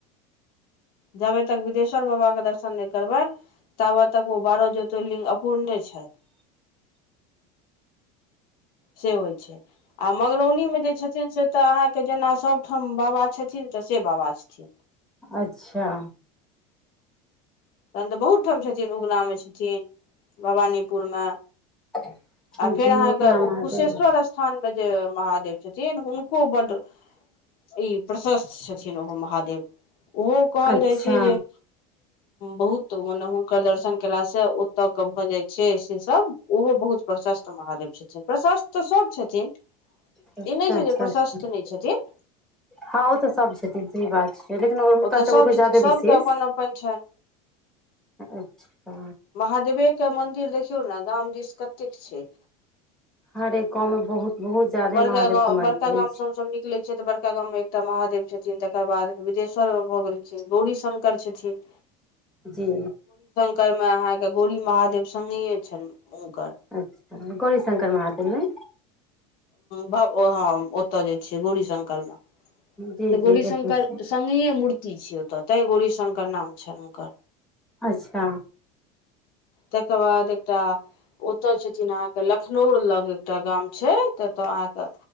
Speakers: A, on the left; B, in the centre.
A: जबे तक बिदेश्वर बाबाके दर्शन नहि करबेन तबा ताक ओ बार ज्योतिलिंग अपपूर्णे छाय। से होइत छैय आ मंगरौनीमे जे छथिन से तऽ अहाँके जेना सभठाम बाबा छथिन। तसे बाबा छथिन।
B: अच्छा
A: तखन तऽ बहुत ठाम छथिन उगना मे छथिन भवानीपुर मे
B: <inaudible> जीउ
A: आ फेर अहाँके
B: ने
A: ओ
B: महादेव
A: कुशेश्वर स्थानमे जे महादेव छथिन हुनको बड ई प्रशस्त छथिन ओहो महादेव। ओहो कहल
B: अच्छा
A: जाइ छैय जे बहुत मने हुनकर दर्शन केलास से ओतऽ के भऽ जाइ छैय से सब ओहो बहुत प्रशस्त महादेव छथिन प्रशस्त तऽ सब छथिन।
B: छा
A: ई नहि छै
B: छा छा
A: जे प्रशस्त
B: छा
A: नहि छथिन
B: हँ ओ तऽ सब छथिन सही बात छै लेकिन हुनका
A: ओतऽ
B: सभके
A: सभ
B: कोइ
A: छथिन
B: ज्यादे
A: सभके
B: विशेष
A: अपन अपन छनि।
B: अच्छा
A: महादेवे के मंन्दिर देखियौ ने गाम दिस कतेक छैय।
B: हर कमे बहुत बहुत ज्यादे
A: बड़का
B: महादेवके
A: गाँव बड़का
B: मन्दिर
A: गामं
B: अछि
A: सब सब निकले छिय तऽ बड़का गाम मे एकटा महादेव छथिन तकर बाद बिदेश्वरमे भऽ गेलखिन गौरी शंकर छथिन।
B: जी
A: में अहाँके गौरी महादेव संगी छनि हुनकर
B: अच्छा गौरीशंकर महादेव न?
A: भव हँ ओतऽ जे छैय गौरीशंकर में।
B: जी
A: त
B: जी
A: गोरीशंकर
B: देखने छियै
A: संगइ मूर्ति छिय ओतऽ ते गौरी शंकर नाम छनि हुनकर।
B: अच्छा
A: तकर बाद एकटा ओतय छथिन अहाँके लखनौर लग एकटा गाम छै तत्त अहाँके